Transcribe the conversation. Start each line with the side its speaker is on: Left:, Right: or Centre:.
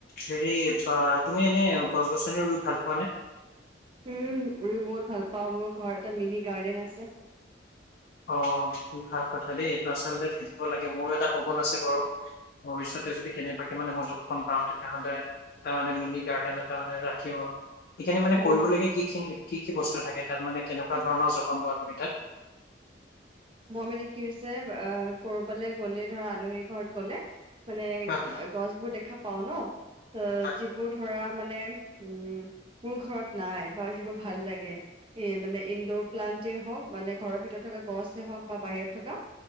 Left: হেৰি পা তুমি এনে গছ গছনি ৰুই ভাল পোৱানে?
Right: উম, ৰু বহুত ভাল পাওঁ, মোৰ ঘৰত এটা মিনি গাৰ্ডেন আছে।
Left: অ' ভাল কথা দেই, এইটো আচলতে থাকিব লাগে, মোৰো এটা সপোন আছে বাৰু। ভৱিষ্যতে যদি কেনেবাকৈ মানে সুযোগখন পাওঁ তেতিয়াহ'লে টা মানে মিনি গাৰ্ডেন এটা মানে ৰাখিম। সেইখিনি মানে
Right: উম
Left: কৰিবলগীয়া কিখিনি কি কি বস্তু থাকে তাত মানে কেনেকুৱা ধৰণৰ যতন লোৱা তুমি তাত?
Right: মই মানে কি হৈছে আ, ক'ৰবালৈ গ'লে ধৰা আলহী ঘৰত গ'লে মানে
Left: হয়
Right: গছবোৰ দেখা পাওঁ ন'। এ,
Left: হয়
Right: যিবোৰ ধৰা মানে উম মোৰ ঘৰত নাই বা যিবোৰ ভাল লাগে এ, মানে ইনডোৰ প্লানটেই হওঁক মানে ঘৰৰ ভিতৰত থকা গছ তে হওঁক বা বাহিৰত থকা